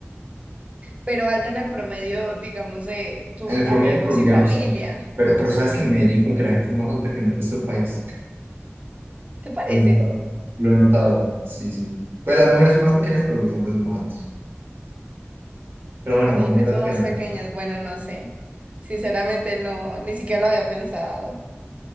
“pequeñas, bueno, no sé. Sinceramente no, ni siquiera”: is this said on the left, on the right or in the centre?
Right